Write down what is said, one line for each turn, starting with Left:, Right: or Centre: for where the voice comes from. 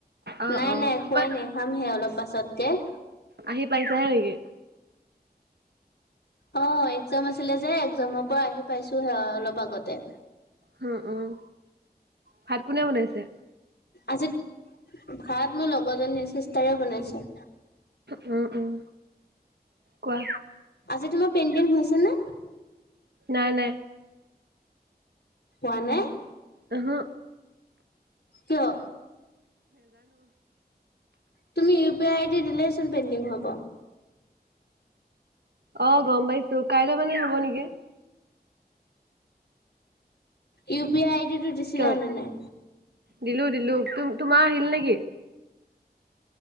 Right: অ
Left: নাই
Right: অ
Left: নাই
Right: কিমান
Left: খোৱাই নাই। খামহে অলপ পাছতকৈ।
Right: আহি পাইছাহে নেকি?
Left: অ', এক্সাম আছিলে যে এক্সামৰ পৰা আহি পাইছোহে অলপ আগতে।
Right: উম, উম ভাত কোনে বনাইছে?
Left: আজি, ভাত মোৰ লগৰজনীৰ চিষ্টাৰে বনাইছে।
Right: উম, উম কোৱা।
Left: আজি তোমাৰ পেইণ্ডিং হৈছে নে?
Right: নাই, নাই।
Left: হোৱা নাই?
Right: ও'হু'।
Left: কিয়? তুমি ইউ পি আই আইডি দিলেচোন পেণ্ডিং হ'ব।
Right: অ', গ'ম পাইছো, কাইলৈ মানে হ'ব নেকি?
Left: ইউ পি আই আই ডিটো দিছিলা
Right: কিয়
Left: নে নাই?
Right: দিলো, দিলো। তোমাৰ তোমাৰ আহিল নেকি?